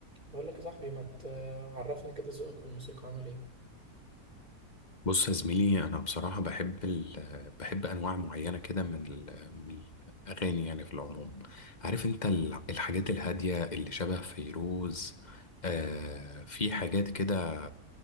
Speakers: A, on the right; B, on the left.
A: بقول لك يا صاحبي ما تعرفني كده ذوقك في الموسيقى عامل ايه
B: بص يا زميلي انا بصراحه بحب ال... بحب انواع معينه كده من ال... من الاغاني يعني في العموم عارف انت ال- الحاجات الهاديه اللي شبه فيروز آه في حاجات كده